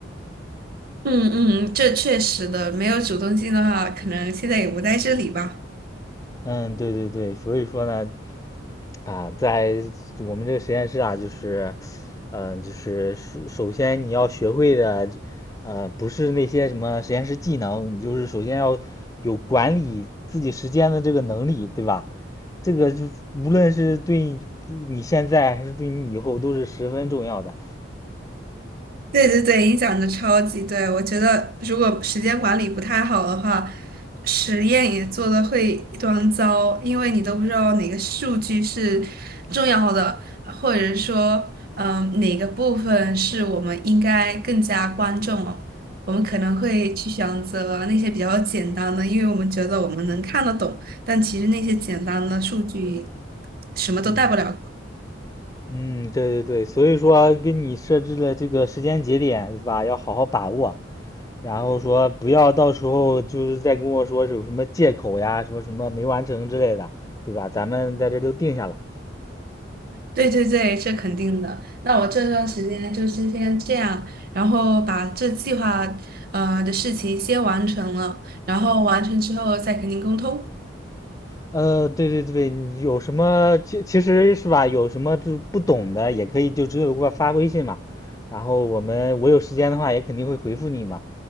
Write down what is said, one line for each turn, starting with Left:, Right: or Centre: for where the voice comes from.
Right: 嗯嗯，这确实的，没有主动性的话，可能现在也不在这里吧。
Left: 嗯，对对对，所以说呢，啊，在我们这个实验室啊，就是，嗯、就是首首先你要学会的，呃，不是那些什么实验室技能，你就是首先要有管理自己时间的这个能力，对吧？这个就无论是对你现在还是对你以后都是十分重要的。
Right: 对对对，影响的超级对。我觉得如果时间管理不太好的话，实验也做的会一团糟，因为你都不知道哪个数据是重要的，或者说，嗯，哪个部分是我们应该更加关注哦。我们可能会去选择那些比较简单的，因为我们觉得我们能看得懂，但其实那些简单的数据什么都带不了。
Left: 嗯嗯，对对对，所以说跟你设置的这个时间节点，对吧？要好好把握。然后说不要到时候就是再跟我说有什么借口呀，说什么没完成之类的，对吧？咱们在这都定下了。
Right: 对对对，这肯定的。那我这段时间就是先这样，然后把这计划呃的事情先完成了，然后完成之后再跟您沟通。
Left: 呃，对对对，有什么其其实是吧，有什么就是不懂的也可以就直接给我发微信嘛，然后我们我有时间的话也肯定会回复你嘛，